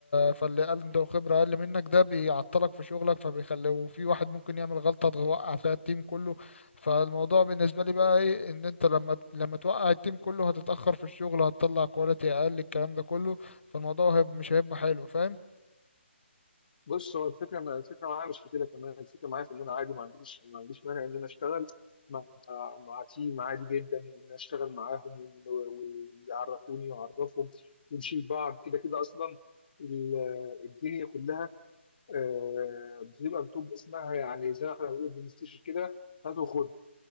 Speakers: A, on the left; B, on the left.
A: فاللي عنده خبره اقل منك ده بيعطلك في شغلك فبيخلي وفي واحد ممكن يعمل غلطه توقع فيها التيم كله فالموضوع بالنسبة لي بقى ايه ان انت لما لما توقع التيم كله هتتأخر في الشغل هتطلع كواليتي اقل الكلام ده كله فالموضوع هيب مش هيبقى حلو فاهم
B: بص هو الفكره ما الفكره معايا مش في كده كمان الفكره معايا في ان انا عادي ما عنديش ما عنديش مانع ان انا اشتغل مع آه، مع تيم عادي جدا ان أنا اشتغل معاهم وإن- ويعرفوني واعرفهم ونشيل بعض كده كده اصلا ال- الدنيا كلها آه، بتبقى بتبقى اسمها يعني زي ما احنا بنقول بنستشير كده هات وخد